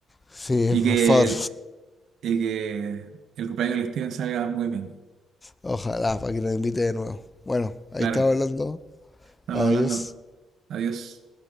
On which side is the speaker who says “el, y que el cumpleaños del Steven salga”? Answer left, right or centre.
Right